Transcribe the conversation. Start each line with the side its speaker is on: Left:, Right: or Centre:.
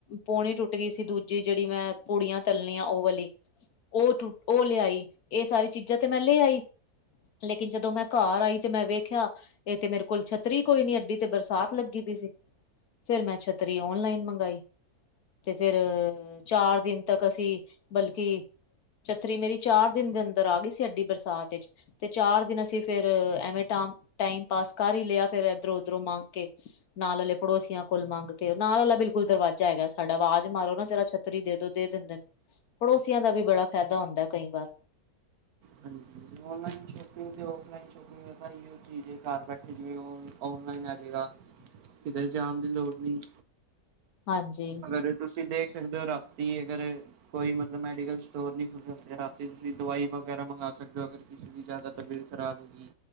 Left: ਪੋਣੀ ਟੁੱਟ ਗਈ ਸੀ ਦੂਜੀ ਜਿਹੜੀ ਮੈਂ ਪੂੜੀਆਂ ਤਲਣੀ ਆਂ ਉਹ ਵਾਲੀ, ਉਹ ਟੁ ਉਹ ਲਿਆਈ ਇਹ ਸਾਰੀ ਚੀਜ਼ਾਂ ਤੇ ਮੈਂ ਲੈ ਆਈ ਲੇਕਿਨ ਜਦੋਂ ਮੈਂ ਘਰ ਆਈ ਤੇ ਮੈਂ ਵੇਖਿਆ, ਇਹ ਤੇ ਮੇਰੇ ਕੋਲ ਛੱਤਰੀ ਕੋਈ ਨੀ ਐਡੀ ਤੇ ਬਰਸਾਤ ਲੱਗੀ ਪਈ ਸੀ। ਫਿਰ ਮੈਂ ਛੱਤਰੀ ਓਨਲਾਈਨ ਮੰਗਾਈ, ਤੇ ਫੇਰ ਚਾਰ ਦਿਨ ਤੱਕ ਅਸੀਂ ਬਲਕਿ, ਛਤਰੀ ਮੇਰੀ ਚਾਰ ਦਿਨ ਦੇ ਅੰਦਰ ਆ ਗਈ ਸੀ, ਐਡੀ ਬਰਸਾਤ ਇਚ, ਤੇ ਚਾਰ ਦਿਨ ਅਸੀਂ ਫੇਰ ਐਵੇਂ ਟ ਟਾਈਮ ਪਾਸ ਕਰ ਹੀ ਲਿਆ ਫਿਰ ਇੱਧਰੋਂ ਉਧਰੋਂ ਮੰਗ ਕੇ, ਨਾਲ ਅਲੇ ਪੜੋਸੀਆਂ ਕੋਲ ਮੰਗ ਕੇ ਨਾਲ ਅਲਾ ਬਿਲਕੁਲ ਦਰਵਾਜ਼ਾ ਹੈਗਾ ਸਾਡਾ ਆਵਾਜ਼ ਮਾਰੋ ਨਾ ਜਰਾ ਛੱਤਰੀ ਦੇ ਦੋ ਦੇ ਦਿੰਦੇ ਨੇ, ਪੜੋਸੀਆਂ ਦਾ ਵੀ ਬੜਾ ਫ਼ਾਇਦਾ ਹੁੰਦਾ ਕਈ ਵਾਰ,
Right: ਹਾਂਜੀ, ਔਨਲਾਈਨ ਸ਼ੋਪਿੰਗ ਅਤੇ ਔਫਲਾਈਨ ਸ਼ੋਪਿੰਗ ਦੇ ਤਾਂ ਇਹੋ ਚੀਜ਼ ਹੈ ਘਰ ਬੈਠੇ ਜਿਵੇਂ ਔ ਔਨਲਾਈਨ ਆ ਜਾਵੇਗਾ।
Left: ਹ <unintelligible>
Right: ਕਿੱਧਰੇ ਜਾਣ ਦੀ ਲੋੜ ਨਹੀਂ।
Left: ਹਾਂਜੀ
Right: ਅਗਰ ਤੁਸੀਂ ਦੇਖ ਸਕਦੇ ਹੋ ਰਾਤੀ ਅਗਰ, ਕੋਈ ਮਤਲਬ ਮੈਡੀਕਲ ਸਟੋਰ ਨੀ ਖੁੱਲੇ ਹੁੰਦੇ ਰਾਤੀ ਤੁਸੀਂ ਦਵਾਈ ਵਗੈਰਾ ਮੰਗਾ ਸਕਦੇ ਹੋ ਅਗਰ, ਕਿਸੇ ਦੀ ਜ਼ਿਆਦਾ ਤਬੀਅਤ ਖਰਾਬ ਹੋ ਗਈ,